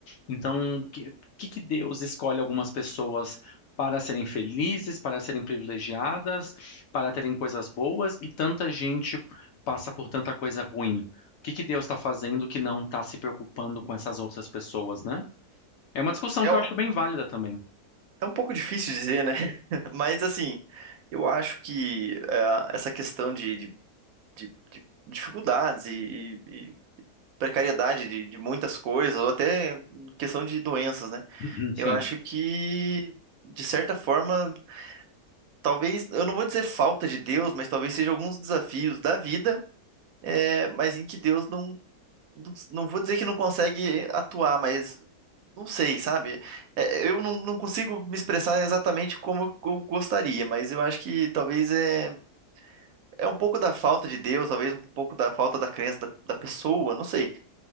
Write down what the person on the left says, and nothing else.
Então, o que, que que Deus escolhe algumas pessoas para serem felizes, para serem privilegiadas, para terem coisas boas e tanta gente passa por tanta coisa ruim? O que que Deus está fazendo que não está se preocupando com essas outras pessoas, né? É uma discussão
que
eu acho bem válida também.
<clears throat> Sim.